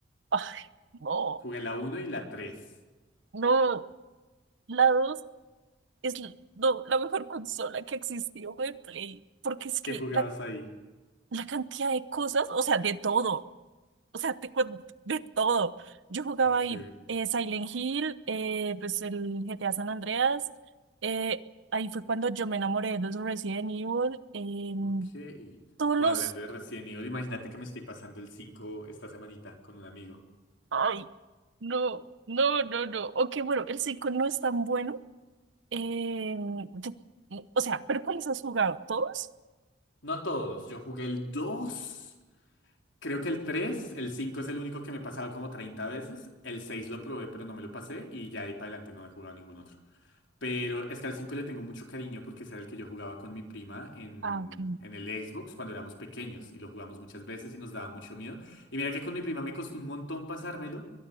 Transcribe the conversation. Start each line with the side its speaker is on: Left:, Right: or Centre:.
Right: Ay, no,
Left: Jugué la uno y la tres.
Right: no, la 2 es l- no, la mejor consola que existió de Play porque es que
Left: ¿Qué jugabas
Right: la,
Left: ahí?
Right: la cantidad de cosas, o sea, de todo, o sea, te cuento, de todo. Yo jugaba
Left: Ok,
Right: ahí eh, Silent Hill, eh, pues el GTA San Andreas, eh, ahí fue cuando yo me enamoré de los Resident Evil. eh,
Left: ok.
Right: todos
Left: Pues
Right: los...
Left: hablando de Resident Evil, imagínate que me estoy pasando el 5 esta semanita con un amigo.
Right: Ay, no, no, no, no. Ok, bueno, el 5 no es tan bueno. Eh, yo- o sea, ¿pero cuáles has jugado? ¿Todos?
Left: No todos, yo jugué el 2. Creo que el 3 el 5 es el único que me he pasado como 30 veces. El 6 lo probé, pero no me lo pasé. Y ya de ahí para adelante no he jugado ningún otro. Pero es que al 5 le tengo mucho cariño porque ese era el que yo jugaba con mi prima en,
Right: Ah, ok.
Left: en el Xbox cuando éramos pequeños. Y lo jugamos muchas veces y nos daba mucho miedo. Y mira que con mi prima me costó un montón pasármelo.